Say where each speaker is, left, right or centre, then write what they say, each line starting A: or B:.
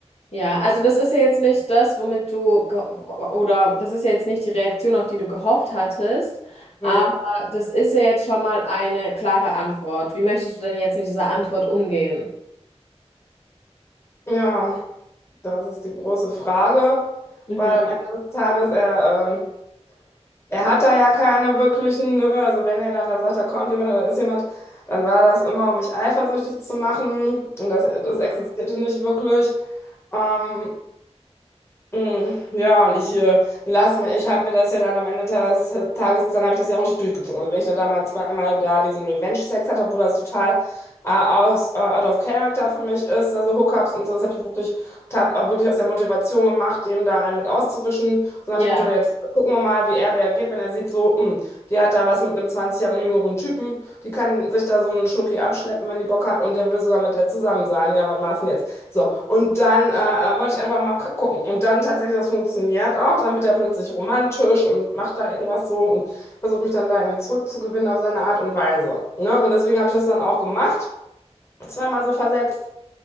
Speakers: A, on the left (about 65°); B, on the left (about 25°).
A: ja, also das ist ja jetzt nicht das, womit du, ge- oder das ist ja jetzt nicht die Reaktion, auf die du gehofft hattest,
B: Nee.
A: aber das ist ja jetzt schon mal eine klare Antwort. Wie möchtest du denn jetzt mit dieser Antwort umgehen?
B: Ja, das ist die große Frage,
A: Mhm.
B: weil am Ende des Tages, er, ähm, er hat da ja keine wirklichen, ne? Also wenn er dann da sagt, da kommt jemand oder da ist jemand, dann war das immer, um mich eifersüchtig zu machen und das, das existierte nicht wirklich. Ähm, Mm, Ja, und ich äh, lasse mir, ich habe mir das ja dann am Ende des Tages, dann habe ich das ja auch richtig durchgezogen. Also wenn ich da damals zweimal da diesen Revenge-Sex hatte, obwohl das total äh, aus, äh, out of character für mich ist, also Hookups und so, das habe ich wirklich, hab auch wirklich aus der Motivation gemacht, dem da einen mit auszuwischen. So nach
A: Ja.
B: dem Motto, jetzt gucken wir mal, wie er reagiert, wenn er sieht, so, mm, die hat da was mit einem 20 Jahre jüngeren Typen, die kann sich da so einen Schnucki abschleppen, wenn die Bock hat, und der will sogar mit der zusammen sein. Ja, was machst du denn jetzt? So, und dann äh, äh, wollte ich einfach mal gu- gucken. Und dann tatsächlich, das funktioniert auch. Dann wird er plötzlich romantisch und macht da irgendwas so und versucht mich dann da irgendwie zurückzugewinnen auf seine Art und Weise. Ne? Und deswegen habe ich das dann auch gemacht, zweimal so versetzt.